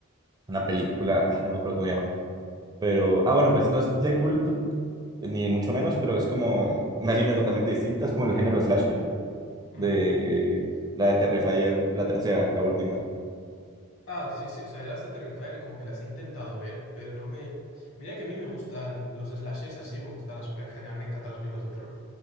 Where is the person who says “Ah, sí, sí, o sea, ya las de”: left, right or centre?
Left